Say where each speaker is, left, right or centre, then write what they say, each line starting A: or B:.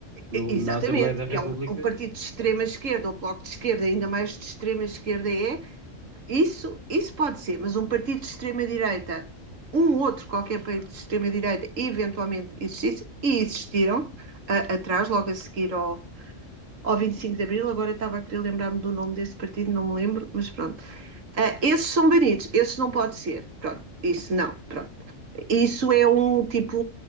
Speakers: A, on the right; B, on the right.
A: no-
B: E- Exatamente,
A: na Assembleia da República
B: que é um, um partido de extrema esquerda, ou bloco de esquerda, ainda mais de extrema esquerda é, isso, isso pode ser, mas um partido de extrema direita, um outro qualquer partido de extrema direita, eventualmente existisse, e existiram a- atrás, logo a seguir ao, ao 25 de Abril, agora eu estava a querer lembrar-me do nome desse partido, não me lembro, mas pronto. Ah, esses são banidos, esses não pode ser, pronto, isso não, pronto. Isso é um tipo